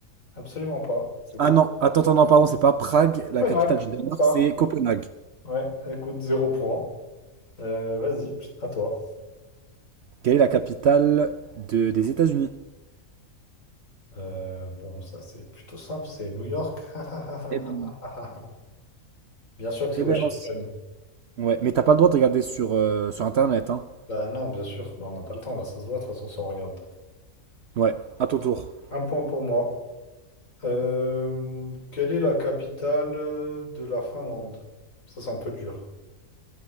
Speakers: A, on the left; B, on the right.
A: Absolument pas. C'est
B: Ah
A: Cop-
B: non, attends, attends, non, pardon, c'est pas Prague,
A: Copenhague.
B: la capitale du Danemark,
A: Par.
B: c'est Copenhague.
A: Ouais, écoute, zéro point. Euh, vas-y, à toi.
B: Quelle est la capitale de- des États-Unis?
A: Euh, bon, ça c'est plutôt simple, c'est New York. <laughs>
B: Eh bien,
A: Bien sûr que c'est
B: Eh
A: Washington.
B: ben mince. Ouais, mais t'as pas le droit de regarder sur, euh, sur Internet, hein.
A: Bah non, bien sûr. Bah, on n'a pas le temps, là, ça se voit, de toute façon, si on regarde.
B: Ouais, à ton tour.
A: Un point pour moi. Euh, quelle est la capitale euh, de la Finlande? Ça, c'est un peu dur.